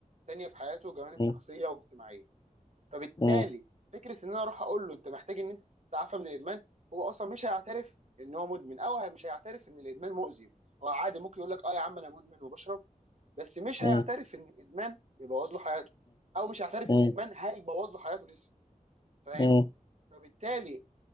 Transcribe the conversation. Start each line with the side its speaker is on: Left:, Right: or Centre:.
Right: تانية في حياته جوانب
Left: مم.
Right: شخصيه واجتماعيه فبالتالي
Left: مم.
Right: فكره ان انا اروح اقول له انت محتاج ان انت تتعافى من الادمان هو اصلا مش هيعترف ان هو مدمن او مش هيعترف ان الادمان مؤذي هو عادي ممكن يقول لك اه يا عم انا مدمن وبشرب بس مش
Left: مم.
Right: هيعترف ان الادمان بيبوظ له حياته او مش هيعترف
Left: مم.
Right: ان الادمان هيبوظ له حياته لسه فاهم
Left: مم. مم.
Right: فبالتالي